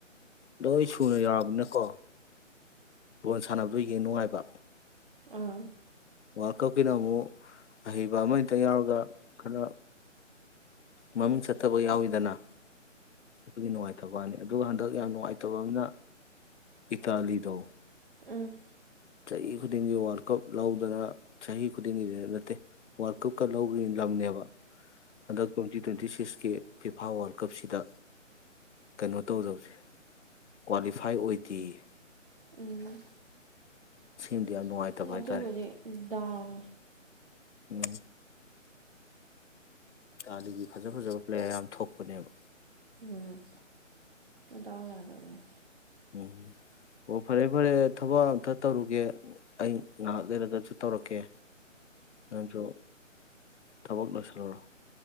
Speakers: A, on the left (about 60°); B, on the right (about 45°).
A: ꯂꯣꯏꯁꯨ ꯊꯨꯅ ꯌꯥꯎꯔꯕꯅꯀꯣ ꯣꯜ ꯁꯥꯟꯅꯕ ꯑꯗꯨ ꯌꯦꯡ ꯅꯨꯡꯉꯥꯏꯕ
B: ꯑꯥ
A: ꯋꯥꯔꯜ ꯀꯞꯀꯤꯅ ꯑꯃꯨꯛ ꯑꯍꯩꯕ ꯑꯃꯛꯇ ꯌꯥꯎꯔꯒ ꯈꯔ ꯃꯃꯤꯡ ꯆꯠꯠꯇꯕ ꯌꯥꯎꯋꯤꯗꯅ ꯒꯤꯅꯅꯨꯡꯉ ꯅꯤ ꯑꯗꯨꯒ ꯍꯟꯗꯛ ꯌꯥꯝ ꯅꯨꯡꯉꯥꯏꯇꯕ ꯑꯃꯅ ꯏꯇꯥꯂꯤꯗ
B: ꯎꯝ
A: ꯆꯍꯤ ꯈꯨꯗꯤꯡꯒꯤ ꯋꯥꯔꯜ ꯀꯞ ꯂꯧꯗꯅ ꯆꯍꯤ ꯈꯨꯗꯤꯡꯒꯤꯗ ꯅꯠꯇꯦ ꯋꯥꯔꯜ ꯀꯞꯀ ꯂꯧꯈ꯭ꯔꯤ ꯂꯝꯅꯦꯕ ꯑꯗ ꯀ꯭ꯋꯦꯟꯇ ꯇ꯭ꯋꯦꯟꯇ ꯇꯤꯁꯀꯤ ꯐꯤꯐꯥ ꯋꯥꯔꯜ ꯀꯞꯁꯤꯗ ꯀꯩꯅꯣ ꯇꯧꯗꯧꯁ ꯀ꯭ꯋꯥꯂꯤꯐꯥꯏ ꯑꯣꯏꯗꯦꯌꯦ
B: ꯎꯝ
A: ꯁꯤꯃꯗꯤ ꯌꯥꯝ ꯅꯨꯡꯉꯥꯏꯇꯕ
B: ꯑꯣꯗ
A: ꯍꯥꯏꯇꯥꯔꯦ
B: ꯑꯣꯏꯗꯤꯦ ꯎꯝ ꯗꯣꯡ
A: ꯎꯝ ꯀꯥꯟꯗꯒꯤ ꯐꯖ ꯐꯖꯕ ꯄ꯭ꯂꯦꯌꯥꯔ ꯌꯥꯝ ꯊꯣꯛꯄꯅꯦꯕ
B: ꯎꯝ ꯑꯗꯧ ꯌꯥꯗꯥꯏ
A: ꯎꯝ ꯑꯣ ꯐꯔꯦ ꯐꯔꯦ ꯊꯕꯛ ꯑꯝꯇ ꯇꯧꯔꯨꯒꯦ ꯑꯩ ꯉꯥꯏꯍꯥꯛ ꯂꯩꯔꯒꯁꯨ ꯇꯧꯔꯛꯀꯦ ꯅꯁꯨ ꯇꯕꯛ ꯂꯣꯏ ꯁꯂ